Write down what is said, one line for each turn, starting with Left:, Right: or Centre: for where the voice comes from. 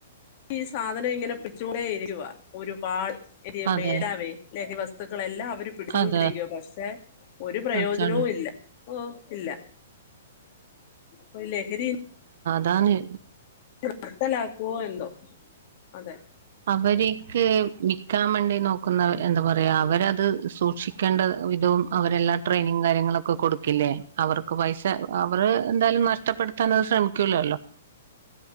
Left: ഈ സാധനം ഇങ്ങനെ പിടിച്ചോണ്ടേ ഇരിക്കുവാ, ഒരുപാട്. <unintelligible>
Right: അതെ
Left: മേടാവേ ലഹരി വസ് തുക്കളെല്ലാം അവര് പിടിച്ചോണ്ടിരിക്കുവാ.
Right: അതെ
Left: പക്ഷെ ഒരു പ്രയോജനവും
Right: പഠിച്ചാണ്ട്
Left: ഇല്ല. ഓ ഇല്ല പോ ലെഹരിയെന്ന്
Right: താനെ
Left: നിർത്തലാക്കുവോ എന്തോ? അതെ
Right: അവര്ക്ക് മിക്കാമ്മേണ്ടി നോക്ക്ന്ന എന്താ പറയാ, അവരത് സൂക്ഷിക്കേണ്ട വിധവും അവരെല്ലാ ട്രെയിനിങ്ങ് കാര്യങ്ങളൊക്കെ കൊടുക്കില്ലേ? അവർക്ക് പൈസ അവറ് എന്തായാലും നഷ്ടപ്പെടുത്താനത് ശ്രമിക്കൂലല്ലോ?